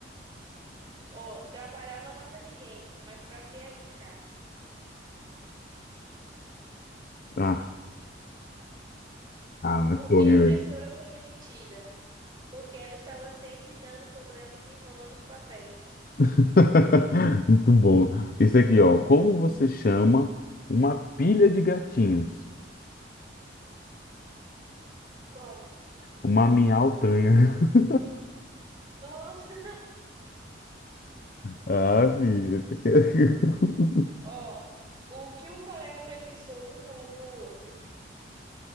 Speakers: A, on the right; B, on the left.
A: Ó, trabalhar não mata ninguém, mas pra que arriscar?
B: Ah, ah, mas
A: Porque
B: pô,
A: a
B: né,
A: impressora
B: velho?
A: foi demitida? Porque ela estava sempre dando problemas e enrolando os papéis.
B: <laughs> Muito bom. Isso aqui, ó. Como você chama uma pilha de gatinhos?
A: Como?
B: Uma miautanha. <laughs>
A: Nossa.
B: Ah, filho, esse aqui é... <laughs>
A: Ó, o que o colega preguiçoso falou pro outro?